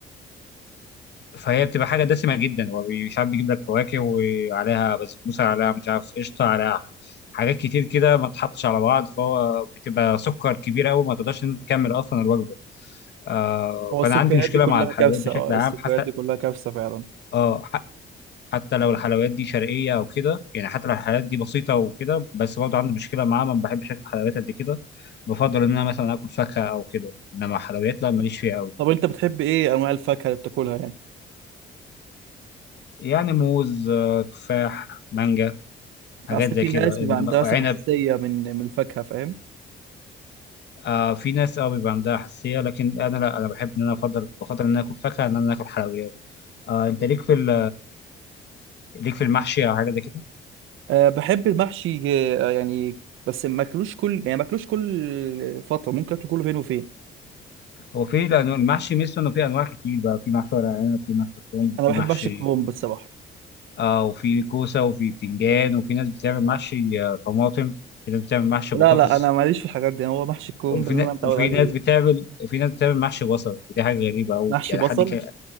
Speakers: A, on the left (about 60°); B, on the right (about 85°).
A: فهي بتبقى حاجه دسمه جدا ومش عارف بيجيب لك فواكه وعليها بسبوسه عليها مش عارف قشطه عليها حاجات كتير كده ما تحطش على بعض فهو بتبقى سكر كبير قوي ما تقدرش إن أنت تكمل اصلا الوجبه آه
B: هو
A: فانا
B: السكريات
A: عندي مشكله
B: دي كلها
A: مع الحلويات
B: كارثه
A: بشكل
B: اه
A: عام
B: السكريات
A: حتى
B: دي كلها كارثه فعلا
A: اه ح- حتى لو الحلويات دي شرقيه او كده يعني حتى لو الحلويات دي بسيطه وكده بس برضه عندي مشكله معاها ما بحبش اكل حلويات قد كده بفضل ان انا مثلا اكل فاكهه او كده انما حلويات لا ماليش فيها قوي
B: طب انت بتحب ايه انواع الفاكهه اللي بتاكلها يعني
A: يعني موز آه، تفاح مانجا حاجات
B: اصل
A: زي
B: في
A: كده
B: ناس بيبقى
A: انما
B: عندها
A: وعنب
B: مثلا حساسيه من من الفاكهه فاهم
A: آه في ناس اه بيبقى عندها حساسيه لكن انا لا انا بحب ان انا افضل بفضل ان انا اكل فاكهه ان انا اكل حلويات آه انت ليك في ال- ليك في المحشي او حاجه زي كده
B: أه بحب المحشي آه، يعني بس ما اكلوش كل يعني ما اكلوش كل فتره ممكن اكل كله فين وفين
A: هو في لانه المحشي ميزته انه في انواع كتير بقى في محشي ورق عنب في محشي كرنب
B: انا
A: في محشي
B: بحب محشي الكرنب الصراحه
A: آه وفي كوسه وفي بتنجان وفي ناس بتعمل محشي آه طماطم في ناس بتعمل محشي
B: لا
A: بطاطس
B: لا انا ماليش في الحاجات دي هو محشي الكرنب
A: وفي
B: اللي
A: نا...
B: انا متعود
A: وفي
B: عليه
A: ناس بتعمل في ناس بتعمل محشي بصل ودي حاجه غريبه قوي
B: محشي
A: يعني
B: بصل
A: حد ك...